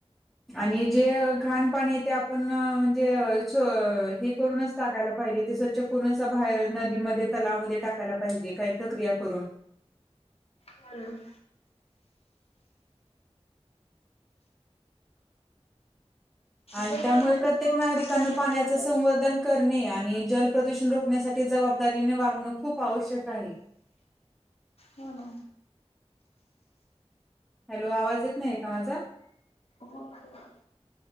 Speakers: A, in the centre; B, on the left.
A: आणि जे घाण पाणी आहे ते आपण पण म्हणजे हे छो हे करूनच टाकायला पाहिजे ते स्वच्छ करूनच बाहेर नदीमध्ये तलावमध्ये टाकायला पाहिजे काही प्रक्रिया करून.
B: चालल.
A: आणि
B: जल
A: त्यामुळे
B: प्रदूषण
A: प्रत्येक
B: रोखण्यासाठी
A: नागरिकांन पाण्याच
B: म्हणजे आपण
A: संवर्धन करणे आणि जल प्रदूषण रोखण्यासाठी जबाबदारीने वागणं खूप आवश्यक आहे.
B: हो ना.
A: हॅलो, आवाज येत नाही आहे का माझा?
B: हो <unintelligible>